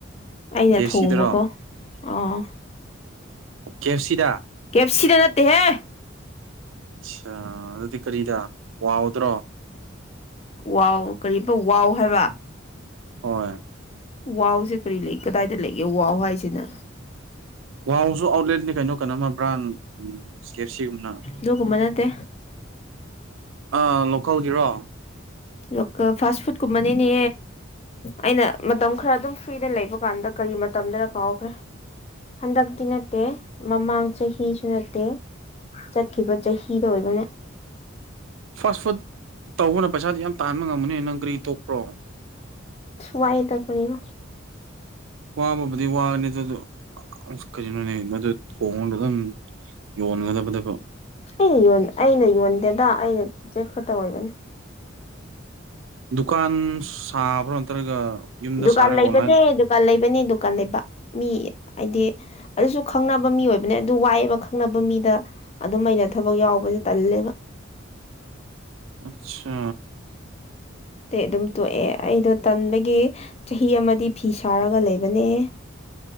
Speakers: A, on the left; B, on the right.
A: ꯑꯩꯅ
B: ꯀꯦ ꯑꯦꯐ
A: ꯊꯣꯡꯕꯀꯣ
B: ꯁꯤꯗꯔꯣ
A: ꯑꯥ
B: ꯀꯦ ꯑꯦꯐ ꯁꯤꯗ
A: ꯀꯦꯞꯁꯤꯗ ꯅꯠꯇꯦꯍꯦ
B: ꯑꯆꯥ ꯑꯗꯨꯗꯤ ꯀꯔꯤꯗ ꯋꯥꯎꯗ꯭ꯔꯣ
A: ꯋꯥꯎ ꯀꯔꯤ ꯄ ꯋꯥꯎ ꯍꯥꯏꯕ
B: ꯍꯣꯏ
A: ꯋꯥꯎꯁꯦ ꯀꯔꯤ ꯂꯩ ꯀꯗꯥꯏꯗ ꯂꯩꯒꯦ ꯋꯥꯎ ꯍꯥꯏꯁꯤꯅ
B: ꯋꯥꯎꯁꯨ ꯑꯥꯎꯠꯂꯦꯠꯅꯤ ꯀꯩꯅꯣ ꯀꯩꯅꯣꯃ ꯕ꯭ꯔꯥꯟ ꯁꯤ ꯀꯦꯑꯦꯐꯁꯤ ꯒꯨꯝꯅ
A: ꯗꯨꯒꯨꯝꯕ ꯅꯠꯇꯦ
B: ꯑ ꯂꯣꯀꯜꯒꯤꯔꯣ
A: ꯂꯣꯀꯦꯜ ꯐꯥꯁ ꯐꯨꯗ ꯀꯨꯝꯕꯅꯤꯅꯦ ꯑꯩꯅ ꯃꯇꯝ ꯈꯔ ꯑꯗꯨꯝ ꯐ꯭ꯔꯤꯗ ꯂꯩꯕ ꯀꯥꯟꯗ ꯀꯔꯤ ꯃꯇꯝꯗꯅꯣ ꯀꯥꯎꯈ꯭ꯔꯦ ꯍꯟꯗꯛꯇꯤ ꯅꯠꯇꯦ ꯃꯃꯥꯡ ꯆꯍꯤꯁꯨ ꯅꯠꯇꯦ ꯆꯠꯈꯤꯕ ꯆꯍꯤꯗ ꯑꯣꯏꯕꯅꯦ
B: ꯐꯥꯁ ꯐꯨꯗ ꯇꯧꯕꯅ ꯄꯩꯁꯥꯗꯤ ꯌꯥꯝ ꯇꯥꯟꯕ ꯉꯝꯃꯅꯦ ꯅꯪ ꯀꯔꯤ ꯇꯣꯛꯄ꯭ꯔꯣ?
A: ꯁꯋꯥꯏ ꯇꯥ ꯀꯔꯤꯅꯣ
B: ꯋꯥꯕꯕꯨꯗꯤ ꯋꯥꯅꯤ ꯑꯗꯨꯗꯣ ꯑ ꯀꯔꯤꯅꯣꯅꯦ ꯑꯗꯨ ꯊꯣꯡꯗ ꯑꯗꯨꯝ ꯌꯣꯟꯒꯗꯕꯗꯨ
A: ꯑꯩꯅ ꯑꯩꯅ ꯌꯣꯟꯗꯦꯗ ꯑꯩꯅꯦꯛꯄ ꯇꯧꯕꯅꯤ꯫
B: ꯗꯨꯀꯥꯟ ꯁꯥꯕ꯭ꯔꯣ ꯅꯠꯇ꯭ꯔꯒ ꯌꯨꯝꯗ
A: ꯗꯨꯀꯥꯟ
B: ꯁꯥꯔꯒ
A: ꯂꯩꯕꯅꯦ
B: ꯑꯣꯟꯂꯥꯏꯟ
A: ꯗꯨꯀꯥꯟ ꯂꯩꯕꯅꯦ ꯗꯨꯀꯥꯟ ꯂꯩꯕ ꯃꯤ ꯍꯥꯏꯗꯤ ꯑꯗꯨꯁꯨ ꯈꯪꯅꯕ ꯃꯤ ꯑꯣꯏꯕꯅꯦ ꯑꯗꯨ ꯋꯥꯏꯑꯦꯕ ꯈꯪꯅꯕ ꯃꯤꯗ ꯑꯗꯨꯝ ꯑꯩꯅ ꯊꯕꯛ ꯌꯥꯎꯕꯁꯦ ꯇꯜꯂꯦꯕ
B: ꯑꯆꯥ
A: ꯇꯦ ꯑꯗꯨꯝ ꯇꯣꯛꯑꯦ ꯑꯩꯗꯣ ꯇꯟꯕꯒꯤ ꯆꯍꯤ ꯑꯃꯗꯤ ꯐꯤ ꯁꯥꯔꯒ ꯂꯩꯕꯅꯦ꯫